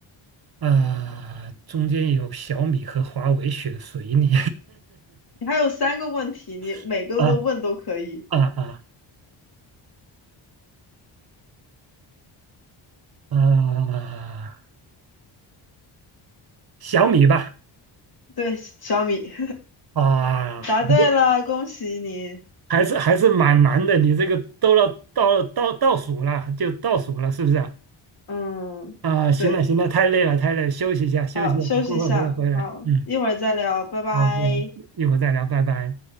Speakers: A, on the right; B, on the left.
A: 啊、中间有小米和华为选谁呢？
B: 你还有三个问题，你每个都问都可以。
A: <laughs> 啊啊啊啊！小米吧，
B: 对，小米，
A: 啊，
B: <laughs> 答对了，
A: 好的，
B: 恭喜你。
A: 还是还是蛮难的，你这个都要到到倒数了，就倒数了，是不是啊？
B: 嗯，
A: 啊，行了行了，
B: 对，
A: 太累了太累了，休息一下休息一下，
B: 好，休息一下，
A: 过会儿回来回来，
B: 好，
A: 嗯，
B: 一会儿再聊，拜拜。
A: 好，一会儿一会儿再聊，拜拜。